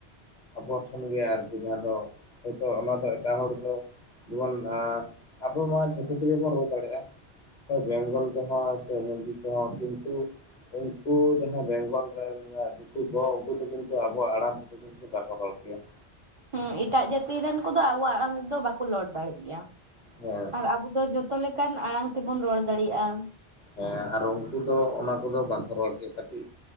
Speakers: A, on the left (about 45°); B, on the right (about 40°).
A: ᱟᱵᱚ ᱴᱷᱮᱱᱜᱮ ᱟᱨᱠᱤ ᱡᱟᱦᱟᱸ ᱫᱚ ᱦᱚᱭᱛᱚ ᱚᱱᱟ ᱫᱚ ᱮᱴᱟᱜ ᱦᱚᱲ ᱫᱚ ᱡᱮᱢᱚᱱ ᱟᱵᱚ ᱱᱚᱣᱟ ᱡᱷᱚᱛᱚ ᱛᱮᱜᱮ ᱵᱚᱱ ᱨᱚᱲ ᱫᱟᱲᱮᱭᱟᱜᱼᱟ ᱵᱮᱝᱜᱚᱞ ᱥᱮ ᱦᱤᱱᱫᱤ ᱛᱮ ᱦᱚᱸ ᱠᱤᱱᱛᱩ ᱩᱱᱠᱩ ᱡᱟᱦᱟᱸᱭ ᱵᱮᱝᱜᱚᱞ ᱨᱮᱱ ᱫᱤᱠᱩ ᱠᱚ ᱩᱱᱠᱩ ᱫᱚ ᱠᱤᱱᱛᱩ ᱟᱵᱚᱣᱟᱜ ᱟᱲᱟᱝ ᱛᱮᱫᱚ ᱠᱤᱱᱛᱩ ᱵᱟᱠᱚ ᱨᱚᱲ ᱠᱮᱭᱟ <unintelligible>
B: ᱦᱮᱸ ᱮᱴᱟᱜ ᱡᱟᱹᱛᱤ ᱨᱮᱱ ᱠᱚᱫᱚ ᱟᱵᱚᱣᱟᱜ ᱟᱲᱟᱝ ᱨᱮᱫᱚ ᱵᱟᱠᱚ ᱨᱚᱲ ᱫᱟᱲᱮᱜ ᱜᱮᱭᱟ
A: ᱦᱮᱸ
B: ᱟᱨ ᱟᱵᱚ ᱫᱚ ᱡᱚᱛᱚ ᱞᱮᱠᱟᱱ ᱟᱲᱟᱝ ᱛᱮᱵᱚᱱ ᱨᱚᱲ ᱫᱟᱲᱤᱭᱟᱜᱼᱟ
A: ᱦᱮᱸ ᱟᱨ ᱩᱱᱠᱩ ᱫᱚ ᱚᱱᱟ ᱠᱚᱫᱚ ᱵᱟᱝᱠᱚ ᱨᱚᱲ ᱠᱮ ᱠᱟᱹᱴᱤᱡ